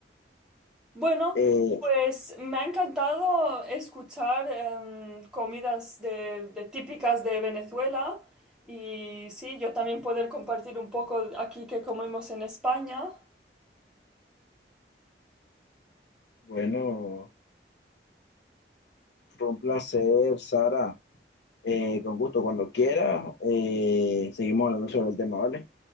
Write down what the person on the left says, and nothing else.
Eh,
bueno, fue un placer, Sara. Eh, con gusto, cuando quiera, eh, seguimos hablando sobre el tema, ¿vale?